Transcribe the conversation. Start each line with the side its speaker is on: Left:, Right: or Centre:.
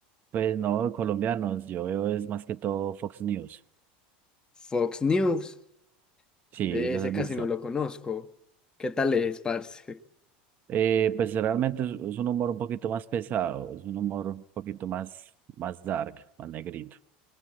Right: Pues no, colombianos, yo veo es más que todo Fox News.
Left: Fox News,
Right: Sí,
Left: ve,
Right: los
Left: ese
Right: has
Left: casi
Right: visto.
Left: no lo conozco. ¿Qué tal es, parce?
Right: Eh, pues realmente es, es un humor un poquito más pesado, es un humor un poquito más, más dark, más negrito.